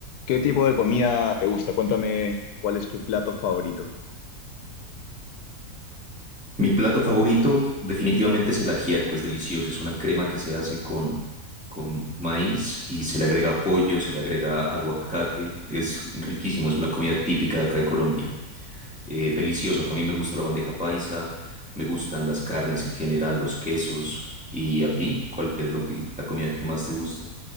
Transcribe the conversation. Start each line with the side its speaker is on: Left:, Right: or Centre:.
Left: ¿Qué tipo de comida te gusta? Cuéntame cuál es tu plato favorito.
Centre: Mi plato favorito definitivamente es el ajiaco, es delicioso, es una crema que se hace con, con maíz y se le agrega pollo, se le agrega aguacate, es riquísimo, es una comida típica de acá de Colombia. Eh, delicioso, también me gusta la bandeja paisa, me gustan las carnes en general, los quesos. ¿Y a ti? ¿Cuál es lo que, la comida que más te gusta?